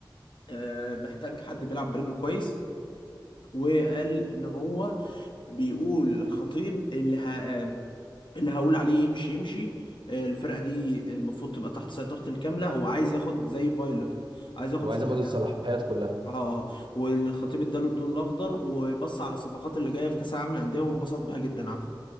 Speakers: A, on the left; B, on the right.
A: آه، محتاج حد بيلعب برجله كويس وقال ان هو بيقول للخطيب اللي ه... آه، اللي هقول عليه يمشي يمشي آه، الفرقة دي المفروض تبقى تحت سيطرة الكاملة هو عايز ياخد زي فايلر عايز ياخد
B: هو
A: صلاحيات
B: عايز ياخد الصلاحيات كلها
A: اه اه والخطيب اداله الضوء الاخضر وبص على الصفقات اللي جايه في كاس العالم للانديه وانبسط بها جدا على